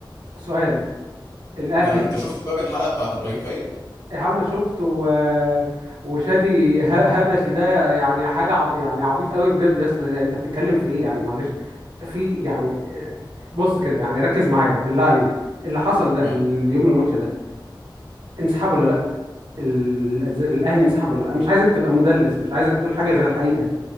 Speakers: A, on the right; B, on the left.
A: سؤال الاهلي
B: يعني أنت شفت طيب الحلقة بتاعت إبراهيم فايق
A: يا عم شفت و... وشادي ه- هبشي ده يعني حاجة عب... يعني عبيط قوي بجد يس... انت بتتكلم في ايه يعني معلش في يعني بص كده يعني ركز معايا بالله عليك اللي حصل ده
B: آه.
A: اليوم الماتش ده انسحاب ولا لا ال... الز- الاهلي انسحب ولا لا مش عايزك تبقى مدلس مش عايزك تقول حاجة غير الحقيقة